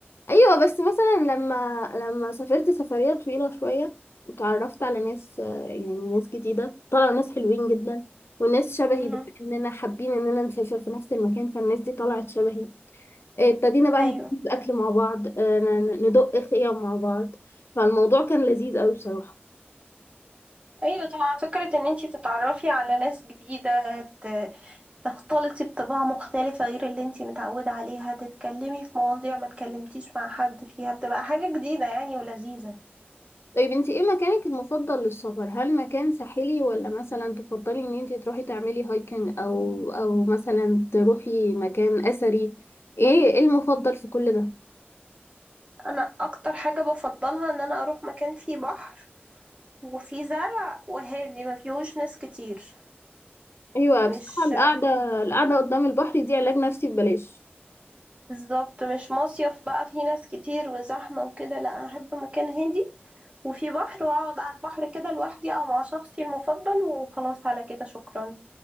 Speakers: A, on the left; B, on the right.
A: ايوه بس مثلا لما لما سافرت سفرية طويلة شوية وتعرفت على ناس آه، يعني ناس جديدة طلعوا ناس حلوين جدا وناس شبهي
B: مم.
A: بما اننا حابين اننا نسافر في نفس المكان فالناس دي طلعت شبهي آه، ابتدينا بقى
B: ايوه
A: نجيب اكل مع بعض آه، ن- ندق خيام مع بعض فالموضوع كان لذيذ قوي بصراحة
B: ايوه طبعا فكرة ان انتي تتعرفي على ناس جديدة ت... تختلطي بطباع مختلفة غير اللي انتي متعودة عليها تتكلمي في مواضيع ما تكلمتيش مع حد فيها بتبقى حاجة جديدة يعني ولذيذة
A: طيب انت ايه مكانك المفضل للسفر هل مكان ساحلي ولا مثلا تفضلي ان انت تروحي تعملي هايكنج او او مثلا تروحي مكان اثري ايه ايه المفضل في كل ده
B: انا اكتر حاجة بفضلها ان انا اروح مكان فيه بحر وفيه زرع وهادي ما فيهوش ناس كتير
A: ايوه
B: مش
A: بصراحه القعده القعده قدام البحر دي علاج نفسي ببلاش
B: بالظبط مش مصيف بقى فيه ناس كتير وزحمة وكده لا انا احب مكان هادي وفي بحر واقعد على البحر كده لوحدي او مع شخصي المفضل وخلاص على كده شكرا